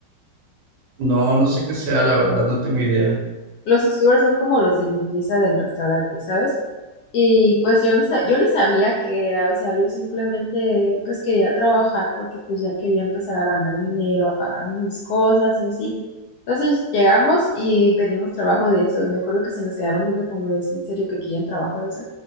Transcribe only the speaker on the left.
Los stewards son como los de limpieza del restaurante, ¿sabes? Y pues yo no sabía, yo no sabía qué era, o sea, yo simplemente pues quería trabajar porque pues ya quería empezar a ganar dinero, a pagarme mis cosas y así. Entonces llegamos y pedimos trabajo de eso, y me acuerdo que se nos quedaron viendo como de, "¿Es en serio que quieren trabajo de eso?